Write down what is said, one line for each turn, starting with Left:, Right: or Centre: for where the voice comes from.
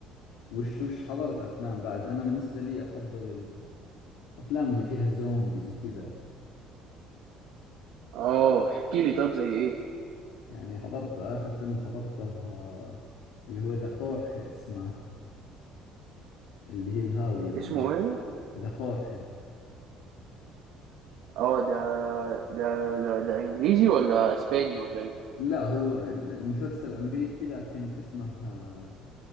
Left: وش وش حضرت افلام بعد انا بالنسبة لي افضل الافلام اللي فيها زومبيز وكذا
Right: اه احكي لي طب زي ايه
Left: يعني حضرت آخر فيلم حضرته آه، اللي هو ذا خورخي اسمه اللي هي الهاوية معناها
Right: اسمه ايه
Left: ذا خورخي
Right: اه ده ده ده, ده انجليزي ولا اسباني ولا ايه
Left: لا هو المسلسل أمريكي لكن اسمه آه،